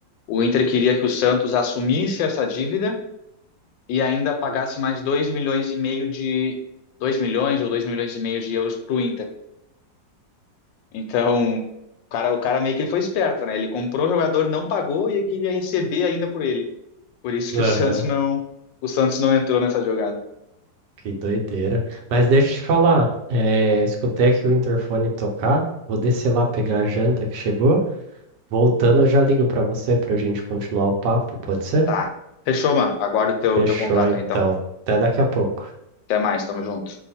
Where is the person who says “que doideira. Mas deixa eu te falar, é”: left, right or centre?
Right